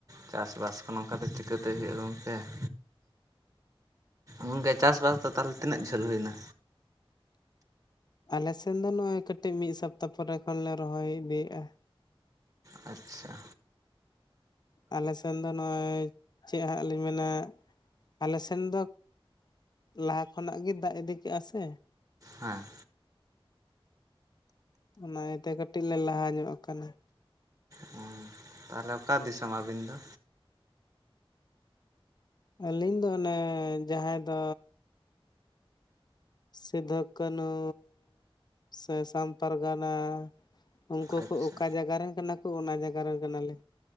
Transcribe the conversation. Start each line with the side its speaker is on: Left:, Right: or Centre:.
Right: ᱪᱟᱥᱼᱵᱟᱥ ᱠᱚ ᱱᱚᱝᱠᱟ ᱛᱮ ᱪᱤᱠᱟᱹᱛᱮ ᱦᱩᱭᱩᱜᱼᱟ ᱜᱚᱝᱠᱮ <inaudible> ᱜᱚᱢᱠᱮ ᱪᱟᱥᱵᱟᱥ ᱫᱚ ᱛᱟᱦᱚᱞᱮ ᱛᱤᱱᱟᱹᱜ ᱡᱷᱟᱹᱞ ᱦᱩᱭᱱᱟ?
Left: ᱟᱞᱮ ᱥᱮᱱ ᱫᱚ ᱱᱚᱜ ᱚᱭ ᱠᱟᱹᱴᱤᱡ ᱢᱤᱫ ᱥᱚᱯᱛᱟᱦ ᱯᱚᱨᱮ ᱠᱷᱚᱱ ᱞᱮ ᱨᱚᱦᱚᱭ ᱤᱫᱤᱭᱮᱫᱼᱟ
Right: ᱟᱪᱷᱟ
Left: ᱟᱞᱮ ᱥᱮᱱ ᱫᱚ ᱱᱚᱜᱼᱚᱭ ᱪᱮᱫ ᱦᱟᱸᱜ ᱞᱤᱧ ᱢᱮᱱᱟ ᱟᱞᱮ ᱥᱮᱱ ᱫᱚ ᱞᱟᱦᱟ ᱠᱷᱚᱱᱟᱜ ᱜᱮ ᱫᱟᱜ ᱤᱫᱤ ᱠᱮᱜᱼᱟ ᱥᱮ
Right: ᱦᱮᱸ
Left: ᱚᱱᱟ ᱤᱭᱟᱹᱛᱮ ᱠᱟᱹᱴᱤᱡ ᱞᱮ ᱞᱟᱦᱟ ᱧᱚᱜ ᱟᱠᱟᱱᱟ
Right: ᱦᱩᱸ ᱛᱟᱦᱚᱞᱮ ᱚᱠᱟ ᱫᱤᱥᱚᱢ ᱟᱹᱵᱤᱱ ᱫᱚ
Left: ᱟᱹᱞᱤᱧ ᱫᱚ ᱚᱱᱮ ᱡᱟᱦᱟᱸ ᱫᱚ ᱥᱤᱫᱩ ᱠᱟᱹᱱᱦᱩ ᱥᱮ ᱥᱟᱢ ᱯᱟᱨᱜᱟᱱᱟ ᱩᱱᱠᱩ
Right: ᱟᱪᱪᱷᱟ
Left: ᱠᱚ ᱚᱠᱟ ᱡᱟᱭᱜᱟ ᱨᱮᱱ ᱠᱟᱱᱟ ᱠᱚ ᱚᱱᱟ ᱡᱟᱭᱜᱟ ᱨᱮᱱ ᱠᱟᱱᱟᱞᱮ